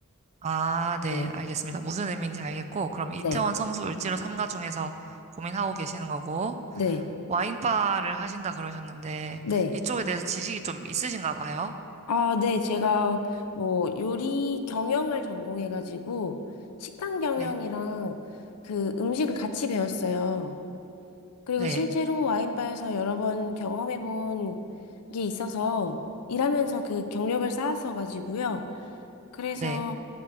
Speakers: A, on the right; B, on the left.
A: 아, 네,
B: 네.
A: 알겠습니다. 무슨 의미인지 알겠고 그럼 이태원
B: 네.
A: 성수 을지로 삼가 중에서 고민하고 계시는 거고
B: 네.
A: 와인바를 하신다 그러셨는데
B: 네.
A: 이쪽에 대해서 지식이 좀 있으신가 봐요?
B: 아, 네, 제가 뭐 요리 경영을 전공해가지고 식당 경영이랑
A: 네,
B: 그 음식을 같이 배웠어요. 그리고
A: 네,
B: 실제로 와인바에서 여러 번 경험해본 게 있어서 일하면서 그 경력을 쌓았어가지고요. 그래서
A: 네,